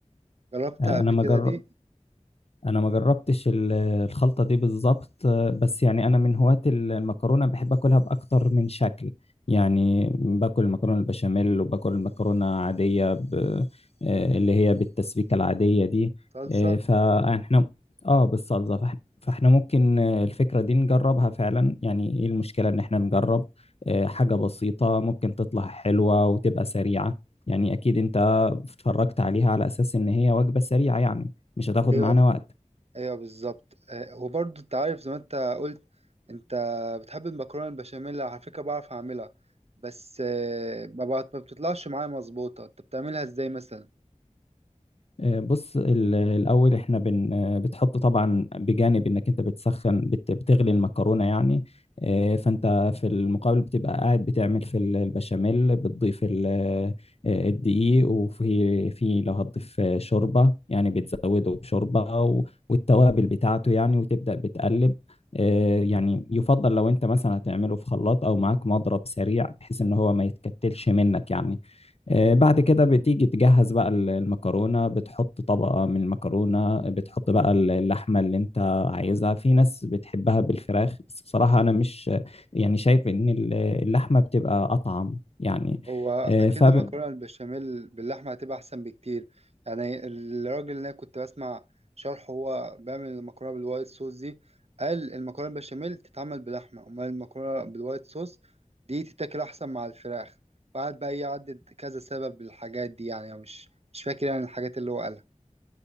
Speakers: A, on the right (about 55°); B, on the left (about 55°).
A: جربتها
B: آه،
A: قبل
B: أنا ما
A: كده
B: جر-
A: دي
B: انا ما جربتش ال- الخلطه دي بالظبط آه، بس يعني انا من هواة المكرونه بحب اكلها باكتر من شكل يعني باكل المكرونه البشاميل وباكل المكرونه عاديه ب... آه، اللي هي بالتسبيكه العاديه دي
A: صلصه
B: آه، فاحنا اه بالصلصه فاحنا فاحنا ممكن آه، الفكره دي نجربها فعلا يعني ايه المشكله ان احنا نجرب آه، حاجه بسيطه ممكن تطلع حلوه وتبقى سريعه يعني اكيد انت اتفرجت عليها على اساس ان هي وجبه سريعه يعني مش هتاخد
A: ايوه
B: معانا وقت
A: ايوه بالظبط آه، وبرضه انت عارف زي ما انت قلت انت بتحب المكرونه البشاميل على فكره بعرف اعملها بس آه، ما بقت- ما بتطلعش معايا مظبوطه انت بتعملها ازاي مثلا
B: آه، بص ال- الاول احنا بن آه، بتحط طبعا بجانب انك انت بتسخن بت- بتغلي المكرونه يعني آه، فانت في المقابل بتبقى قاعد بتعمل في ال- البشاميل بتضيف ال- آه، الدقيق وفي في لو هتضيف آه، شوربه يعني بتزوده بشوربه و- والتوابل بتاعته يعني وتبدا بتقلب آه، يعني يفضل لو انت مثلا هتعمله في خلاط او معاك مضرب سريع بحيث ان هو ما يتكتلش منك يعني آه، بعد كده بتيجي تجهز بقى ال- المكرونة بتحط طبقة من المكرونة بتحط بقى ال- اللحمة اللي انت عايزها في ناس بتحبها بالفراخ بس بصراحة انا مش يعني شايف ان ال- اللحمة بتبقى اطعم يعني
A: هو
B: آه،
A: اكيد
B: فب-
A: المكرونه البشاميل باللحمه هتبقى احسن بكتير يعني الراجل اللي انا كنت بسمع شرحه هو بيعمل المكرونه بالوايت صوص دي قال المكرونه البشاميل تتعمل بلحمه امال المكرونه بالوايت صوص دي تتاكل احسن مع الفراخ وقعد بقى يعدد كذا سبب للحاجات دي يعني أنا مش مش فاكر يعني الحاجات اللي هو قالها